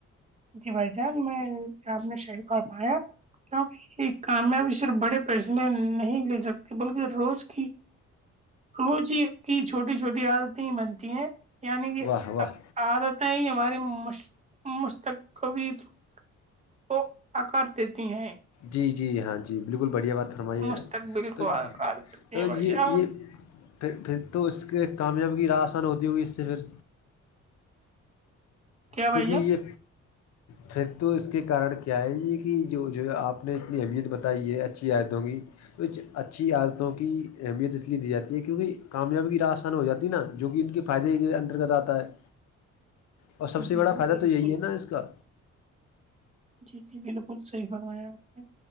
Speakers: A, on the right; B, on the left.
A: جی بھائی جان میں رام نے شہیر کومایا کیوںک یہ کامیابی صرف بڑے پیسنے نہیں لے جکتے بلکہ روز کی روز ہی کی چھوٹی چھوٹی عادتیں ہی بنتی ہیں یعنی کہ
B: واہ واہ
A: عادتیں ہی ہماری مستقل کبیر کو آکار دیتی ہیں
B: جی جی ہاں جی بالکل بڑھیا بات ہے فرماے
A: مستقبل
B: ہیں تو
A: کو آکار دیتی
B: تو
A: ہیں
B: یہ
A: بھائی جان
B: یہ پھر پھر تو اس کے کامیاب کی ر آسان ہوتی ہوگی اس سے پھر
A: کیا بھائی
B: کیونکہ
A: جان
B: یہ پھر تو اس کے کارن کیا ہے یہ کہ جو جو آپ نے انی اہمیت بتائی ہے اچھی آیتوں گی کچھ اچھی عادتوں کی اہمیت اس لیے دی جاتی ہے کیونکہ کامیابی کی راس ہو جاتی نا جو کہ ان کے فائدے کے انترگت آتا ہے اور سب سے
A: جی
B: بڑا
A: جی
B: فائدہ
A: بالکل
B: تو یہی ہے نا اس کا
A: جی جی بالکل صحیح فرمایا آپ نے